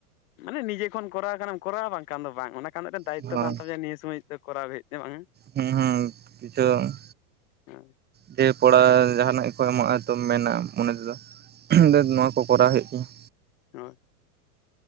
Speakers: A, on the left; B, on the right.
A: ᱢᱟᱱᱮ ᱱᱤᱡᱮ ᱠᱷᱚᱱ ᱠᱚᱨᱟᱣ ᱠᱷᱟᱱᱮᱢ ᱠᱚᱨᱟᱣᱟ ᱵᱟᱝᱠᱷᱟᱱ ᱫᱚ ᱵᱟᱝ ᱚᱱᱟ ᱮᱱᱠᱷᱟᱱ ᱢᱤᱫ ᱴᱟᱝ ᱫᱟᱭᱤᱛᱛᱚ
B: ᱦᱳᱭ
A: ᱛᱟᱦᱮᱱ ᱛᱟᱢᱟ ᱱᱤᱭᱟᱹ ᱥᱚᱢᱚᱭ ᱫᱚ ᱠᱚᱨᱟᱣ ᱦᱩᱭᱩᱜ ᱛᱟᱭ ᱵᱟᱝ
B: ᱦᱮᱸ ᱦᱩᱸ <unintelligible>
A: ᱦᱭ <inaudible>
B: ᱫᱤᱭᱮ ᱯᱚᱲᱟ ᱡᱟᱦᱟᱱᱟᱜ ᱜᱮᱠᱚ ᱮᱢᱚᱜᱼᱟ ᱛ ᱢᱮᱱᱟ ᱢᱚᱱᱮ ᱛᱮᱫᱚ ᱱᱚᱣᱟ ᱠᱚ ᱠᱚᱨᱟᱣ ᱦᱩᱭᱩᱜ ᱛᱤᱧᱟᱹ
A: ᱦᱳᱭ